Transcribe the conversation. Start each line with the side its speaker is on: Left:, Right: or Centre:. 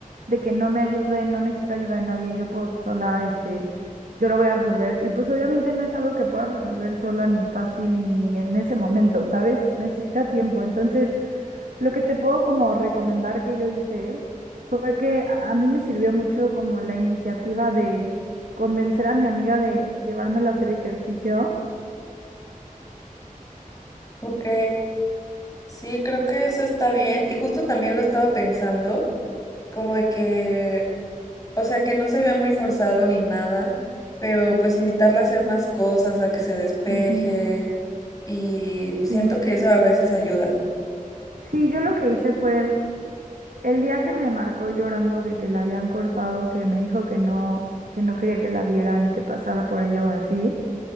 Right: de que no me ayude, no necesito ayuda de nadie, yo puedo sola, este, yo lo voy a resolver. Y pues obviamente no es algo que puedas resolver sola, ni fácil, ni en ese momento, ¿sabes? Necesita tiempo. Entonces... Lo que te puedo como recomendar que yo hice fue que a a mí me sirvió mucho como la iniciativa de convencer a mi amiga de llevármela a hacer ejercicio.
Left: Ok, sí, creo que eso está bien y justo también lo estaba pensando como de que O sea, que no se vea muy forzado ni nada, pero pues invitarla a hacer más cosas, a que se despeje
Right: Ujú.
Left: y siento
Right: Sí.
Left: que eso a veces ayuda.
Right: Sí, yo lo que hice fue el día que me marcó llorando de que la habían cortado, que me dijo que no, que no quería que la viera ni que pasara por ella o así.